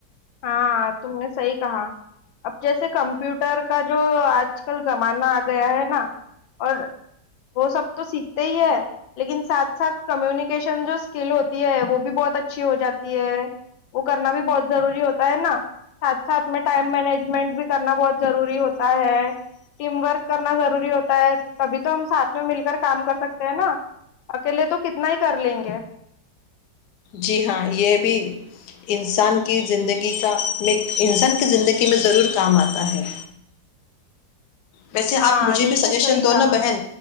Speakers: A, on the left (about 85°); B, on the left (about 65°).
A: ہاں تم نے صحیح کہا اب جیسے کمپیوٹر کا جو آج کل زمانہ آ گیا ہے نا اور وہ سب تو سیکھتے ہی ہے لیکن ساتھ ساتھ کمیونیکیشن جو اسکل ہوتی ہے وہ بھی بہت اچھی ہو جاتی ہے وہ کرنا بھی بہت ضروری ہو ہوتا ہے نا ساتھ ساتھ میں ٹائم مینجمنٹ بھی کرنا بہت ضروری ہوتا ہے ٹیم ورک کرنا ضروری ہوتا ہے تبھی تو ہم ساتھ میں مل کر کام کر سکتے ہیں نا اکیلے تو کتنا ہی کر لیں گے
B: جی ہاں یہ بھی انسان کی زندگی کا میں انسان کی زندگی میں ضرور کام آتا ہے ویسے
A: ہاں
B: آپ مجھے
A: یہ
B: بھی
A: تو
B: سجیشن
A: صحیح
B: دو
A: کہا
B: نا بہن